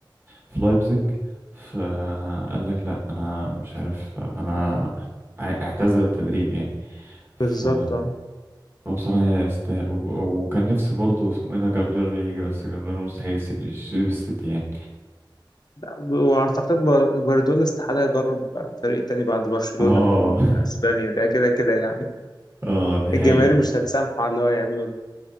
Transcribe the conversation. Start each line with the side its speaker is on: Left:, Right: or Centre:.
Right: في لايبزيج فقال لك لا انا مش عارف انا ع- اعتزل التدريب يعني ف
Left: بالظبط اه
Right: هو بصراحه يستاهل وب- وكان نفسي برضه اسمه ايه ده جارديولا يجي بس جارديولا مستحيل يسيب يسيب السيتي يعني
Left: لا، واعتقد بر- جوارديولا استحالة يدرب فريق تاني بعد برشلونة
Right: اه
Left: في
Right: <laughs>
Left: اسبانيا ده كده كده يعني
Right: اه دي حقيقة
Left: الجماهير مش هتسامحه على اللي هو يعمله ده